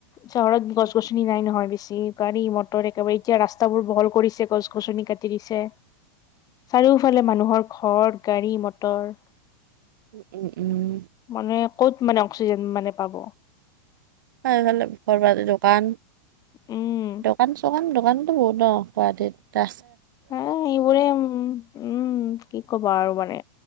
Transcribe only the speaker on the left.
চহৰত গছ গছনি নাই নহয় বেছি। গাড়ী মটৰ একেবাৰে এতিয়া ৰাস্তা বোৰ বহল কৰিছে গছ গছনি। ছনি কাটি দিছে, চাৰিওফালে মানুহৰ ঘৰ, গাড়ী, মটৰ।
মানে ক'ত মানে অক্সিজেন মানে পাব?
উম
হা এইবোৰে উম উম কি কবা আৰু মানে